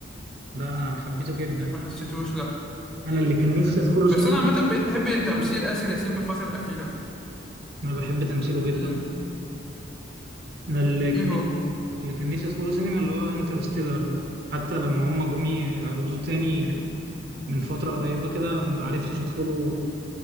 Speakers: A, on the right; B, in the centre.
A: ده أنا حبيته جدا
B: ما حسيتوش لا
A: أنا اللي كان نفسي أدخله
B: بس
A: سينما
B: انا عامة بقيت احب تمثيل آسر ياسين في الفترة الأخيرة
A: أنا بحب تمثيله جدا
B: امم
A: أنا اللي كان
B: ايه هو
A: نفسي اللي كان نفسي أدخله سينما اللي هو انترستيلر ده حتى لما هما جم يعرضوه تاني من فترة قريبة كده ما عرفتش أدخله